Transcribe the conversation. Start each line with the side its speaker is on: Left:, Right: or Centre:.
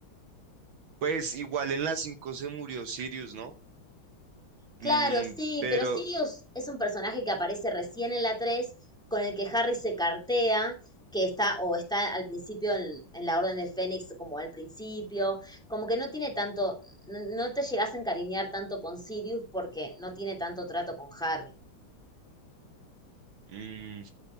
Right: Pues igual en la 5 se murió Sirius, ¿no? Mm,
Centre: Claro, sí,
Right: pero
Centre: pero Sirius es un personaje que aparece recién en la 3, con el que Harry se cartea, que está o está al principio en, en la Orden del Fénix como al principio, como que no tiene tanto, no, no te llegas a encariñar tanto con Sirius porque no tiene tanto trato con Harry.
Right: mm,